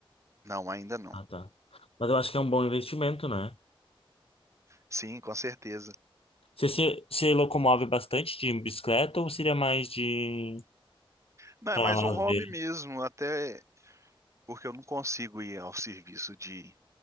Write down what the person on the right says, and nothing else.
Não, ainda não.
Sim, com certeza.
Não,
é mais
um hobby
mesmo, até porque eu não consigo ir ao serviço de,